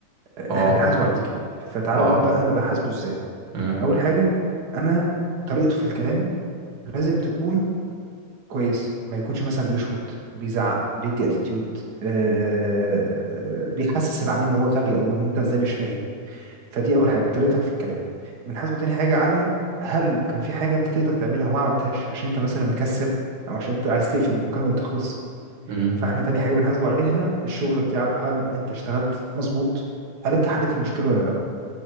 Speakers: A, on the right; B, on the right.
A: آه،
B: اه
A: احنا بنحاسبه على دي كمان فتعال
B: اه
A: اقول لك بقى انا بحاسبه ازاي
B: مم.
A: اول حاجه انا طريقته في الكلام لازم تكون كويس ما يكونش مثلا بيشخط بيزعق بيدي اتيتيود آه
B: مم.
A: آه، بيحسس العميل ان هو غبي او ان انت ازاي مش فاهم فدي اول حاجه طريقتك في الكلام بنحاسبه تاني حاجه على هل كان في حاجه انت تقدر تعملها وما عملتهاش عشان انت مثلا مكسل او عشان انت عايز تقفل المكالمه وتخلص
B: مم.
A: فاحنا تاني حاجه بنحاسبه عليها الشغل بتاعه هل انت اشتغلت مظبوط هل انت حليت المشكله ولا لا